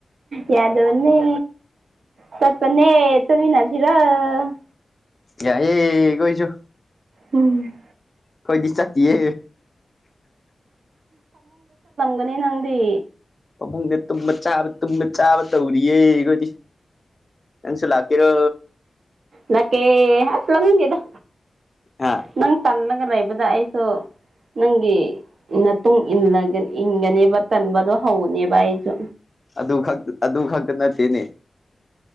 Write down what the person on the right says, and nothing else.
ꯌꯥꯗ ꯋꯥꯅꯤ ꯇꯠꯄꯅꯦ ꯇꯨꯃꯤꯟꯅꯥꯁꯤꯔ‌ꯣ
ꯎꯝ
ꯅꯦ ꯅꯪꯗꯤ
ꯂꯥꯛꯀꯦ ꯑꯁ ꯂꯥꯛꯅꯤꯡ ꯗꯦꯗ
ꯅꯪ ꯇꯟꯅ ꯉꯏ ꯂꯩꯕꯗ ꯑꯩꯁꯨ ꯅꯪꯒꯤ ꯃꯇꯨꯡ ꯏꯟ ꯏꯟꯒꯅꯦꯕ ꯇꯟꯕꯗꯣ ꯍꯧꯅꯦꯕ ꯑꯩꯁꯨ